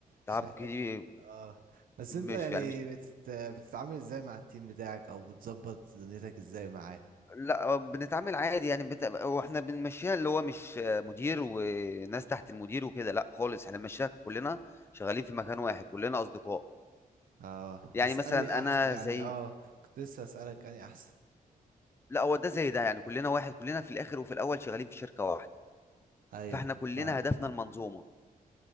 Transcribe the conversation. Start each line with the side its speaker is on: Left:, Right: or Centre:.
Left: تعب
Right: مش محتاج
Left: كتير
Right: تقول اه بس
Left: مش
Right: انت يعني
Left: يعني مش
Right: بتت... بتتعامل ازاي مع التيم بتاعك او بتظبط دنيتك ازاي معاه
Left: لا آه، بنتعامل عادي يعني بت... هو احنا بنمشيها اللي هو مش آه، مدير وناس تحت المدير وكده لا خالص احنا بنمشيها كلنا شغالين في مكان واحد كلنا اصدقاء
Right: اه
Left: يعني
Right: بس
Left: مثلا
Right: اني
Left: انا
Right: احسن يعني
Left: زي
Right: اه كنت لسه اسالك اني احسن
Left: لا هو ده زي ده يعني كلنا واحد كلنا في الاخر وفي الاول شغالين في شركة واحدة
Right: ايوه
Left: فاحنا كلنا
Right: اه
Left: هدفنا المنظومة